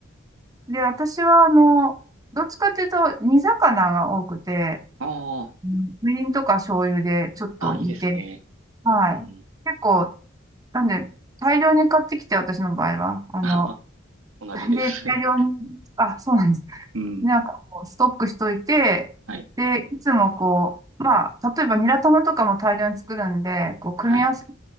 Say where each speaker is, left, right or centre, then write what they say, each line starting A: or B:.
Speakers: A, on the right; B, on the right.
A: で、私はあの、どっちかっていうと煮魚が多くて、
B: ああ、
A: うんみりんとか醤油でちょっと煮て、
B: ああ、いいですね。
A: はい。
B: うん。
A: 結構なんで、大量に買ってきて、私の場合は。あの、
B: <laughs> 同じです。
A: で、大量に、あ、そうなんです。
B: うん。
A: なんかこう、ストックしといて、
B: はい。
A: で、いつもこう、まあ、例えばニラ玉とかも大量に作るんで、こう、組み合わせ、
B: はい。